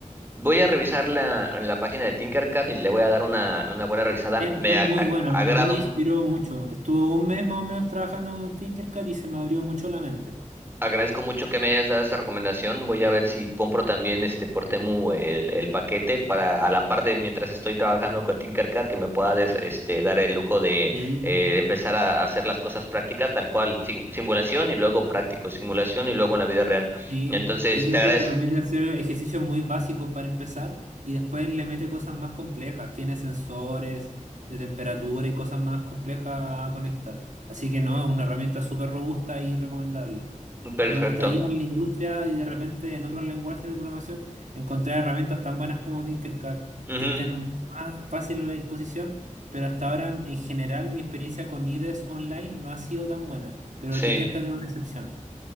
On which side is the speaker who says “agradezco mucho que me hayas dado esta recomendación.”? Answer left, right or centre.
Right